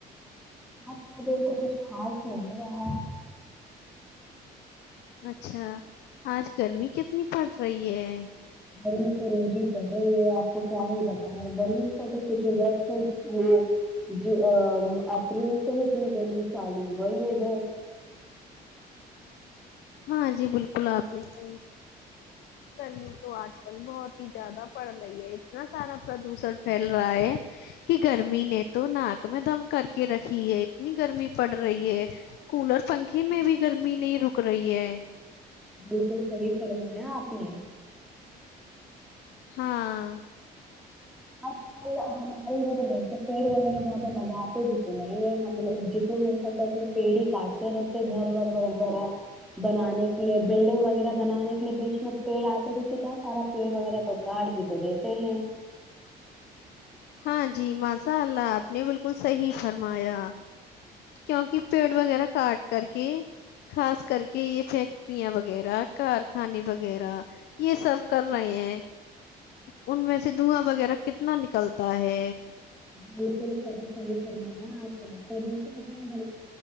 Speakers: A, in the centre; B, on the left.
A: آج کا د ان کو کچھ خاص ہو نہیں رہا
B: اچھا آج گرمی کتنی پڑ رہی ہے
A: گرمی تو روز ہی پڑ رہی ہے آپ کو کیا ہی بتا گرمی کا تو کچھ ا جب تک یہ اپریل سے ہی اتنی گرمی چالو ہو گئی ہے ادھر
B: ہاں جی بالکل آپ نے صحیح گرمی تو آج کل بہت ہی زیادہ پڑ رہی ہے اتنا سارا پردوشن پھیل رہا ہے کہ گرمی نے تو ناک میں دم کر کے رکھی ہے اتنی گرمی پڑ رہی ہے کولر پنکھے میں بھی گرمی نہیں رک رک رہی ہے
A: بالکل سی فرمایا آپ نے
B: ہاں
A: آج کل ہماری بھی تو گھر پیڑ وغیرہ زیادہ لگاتے بھی تو نہیں ہے ہم لوگ جتنا ہو سکتے اتنا پیڑ ہی کاٹتے رہتے گھر و وغیرہ بنانے کے لیے بلڈنگ وغیرہ بنانے کے لیے بیچ میں پیڑ آتے رہتے اتنا سارا پیڑ وغیرہ کا کاٹ بھی تو دیتے ہیں
B: ہاں جی ماشاء اللہ آپ نے بالکل صحیح فرمایا کیوںکہ پیڑ وغیرہ کاٹ کر کے خاص کر کے یہ فیکٹریاں وغیرہ کارخانے وغیرہ یہ سب کر رہے ہیں ان میں سے دھواں وغیرہ کتنا نکلتا ت ہے
A: بالکل صحح فرما پردشن اتنا